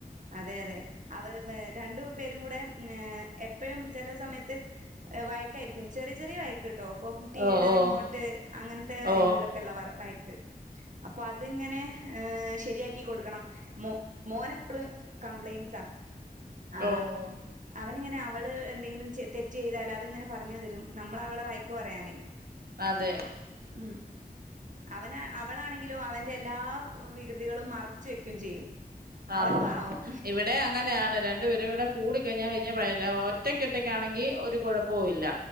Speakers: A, on the right; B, on the right.
A: അതെ അതെ അവ രണ്ടുപേരും കൂടെ ഏ എപ്പോഴും ചെല സമയത്ത് വയക്കായിരിക്കും ചെറിയ ചെറിയ വയക്ക് കേട്ടോ ഇപ്പം ടിവിയുടെ
B: ഓ ഓ
A: റിമോട്ട് അങ്ങനത്തെ കാര്യങ്ങളിലൊക്കെ
B: ഓ
A: വർ വഴ അപ്പൊ അതിങ്ങനെ ശരിയാക്കി കൊടുക്കണം മോ മോന എപ്പളും കംപ്ലൈന്റ്റ്സാ, ആ,
B: ഓഹോ
A: അവനിങ്ങനെ അവള് എന്തെങ്കിലും തെറ്റ് ചെയ്താലത് അങ്ങനെ. പറഞ്ഞു തരും നമ്മളവളെ വയക്ക്. പറയാനേ
B: അതെ
A: ഉ, അവന, അവളാണെങ്കിലോ, അവൻന്റെ, എല്ലാ കൃതികളും, മറച്ച്, വെക്കയും, ചെയ്യും
B: ആഹ,
A: അവള് പാവം
B: ഇവിടെ, അങ്ങനെയാണ്, രണ്ടു, പേരും, കൂടെ കൂട, കഴിഞ്ഞ, കഴിഞ്ഞയ ഒറ്റക്കൊറ്റക്കാണെങ്കിൽ, ഒരു, കുഴപ്പവല്ല,